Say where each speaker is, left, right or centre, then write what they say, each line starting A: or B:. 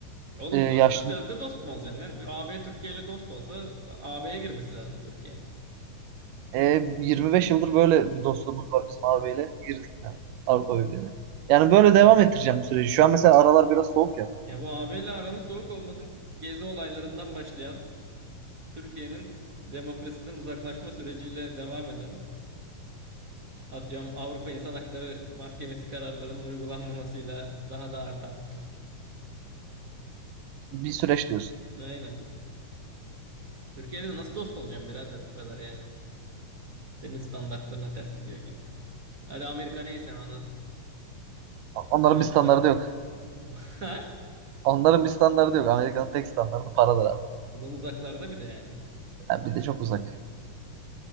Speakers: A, on the right; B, on the right.
A: Oğlum
B: e, yaşlı
A: dost da sözde dost mu olacaksın? Ne? Bir AB Türkiye ile dost olsa AB'ye girmesi lazım Türkiye'nin.
B: e, 25 yıldır böyle bir dostluğumuz var bizim abiyle. Girdik mi Avrupa Birliği'ne. Yani böyle devam ettireceğim bu süreci. Şu an mesela aralar biraz soğuk ya.
A: Ya bu A B ile aranın soğuk olması gezi olaylarından başlayan Türkiye'nin demokrasiden uzaklaşma süreciyle devam eden atıyorum Avrupa İnsan Hakları Mahkemesi kararlarının uygulanmamasıyla daha da artan.
B: Bir süreç diyorsun.
A: Aynen. Türkiye'de de nasıl dost olacağım birader bu kadar yani. Senin standartlarına ters gidiyorken. Hadi Amerika neyse ana
B: Onların
A: <laughs>
B: bir standardı
A: uzakta.
B: yok.
A: <laughs>
B: Onların bir standardı yok. Amerika'nın tek standardı paradır abi.
A: Adam uzaklarda bir de yani.
B: Yani bir de çok uzak.